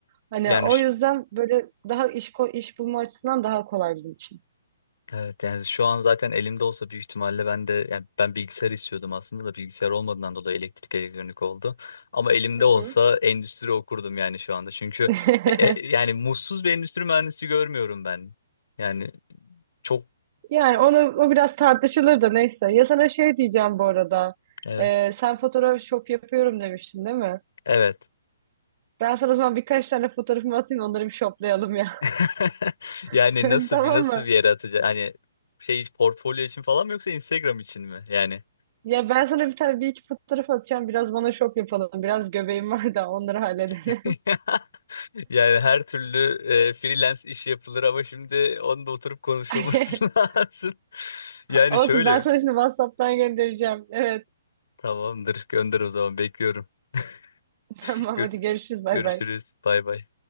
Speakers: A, on the right; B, on the left.
A: Hani
B: Yani
A: o
B: ş-
A: yüzden böyle daha iş, ko- iş bulma açısından daha kolay bizim için.
B: evet yani şu an zaten elimde olsa büyük ihtimalle ben de yani ben bilgisayar istiyordum aslında da bilgisayar olmadığından dolayı elektrik elektronik oldu. Ama elimde
A: Hı hı.
B: olsa endüstri okurdum yani şu anda. Çünkü
A: <laughs>
B: e, e, yani mutsuz bir endüstri mühendisi görmüyorum ben. Yani çok
A: Yani onu o biraz tartışılır da neyse. Ya sana şey diyeceğim bu arada.
B: Evet.
A: Ee, sen fotoğraf shop yapıyorum demiştin değil mi?
B: Evet.
A: Ben sana o zaman birkaç tane fotoğrafımı atayım onları bir shoplayalım ya.
B: <laughs> Yani
A: <laughs>
B: nasıl
A: Tamam
B: bir nasıl
A: mı?
B: bir yere atacak? Hani şey portfolyo için falan mı yoksa Instagram için mi? Yani
A: Ya ben sana bir tane bir iki fotoğraf atacağım. Biraz bana şop yapalım. Biraz göbeğim var da onları halledelim.
B: <laughs> yani her türlü e, freelance iş yapılır ama şimdi onu da oturup konuşmamız
A: <laughs>
B: <laughs> lazım. Yani
A: Olsun
B: şöyle
A: ben sana şimdi WhatsApp'tan göndereceğim. Evet
B: tamamdır gönder o zaman bekliyorum. <laughs>
A: <laughs> tamam
B: Gör-
A: hadi görüşürüz bay
B: görüşürüz.
A: bay.
B: Bay bay.